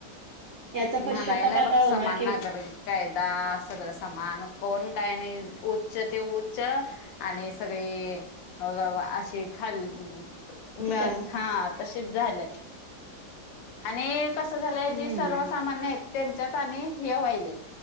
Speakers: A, on the right (about 65°); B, on the left (about 80°).
A: याचा पश्चाताप
B: म्हणायला आहे
A: आता
B: बघ समान
A: होणार किंवा
B: नागरिक कायदा.. सगळं समान कोण काय नाही, उच्च ते उच्च आणि सगळे व.. असशी खाल <inaudible>
A: सर
B: हा.. तशीच झालंय आणि कस झालंय
A: हम्म
B: जी सर्वच मानेत त्यांच्यात आणि हे व्हायलेत.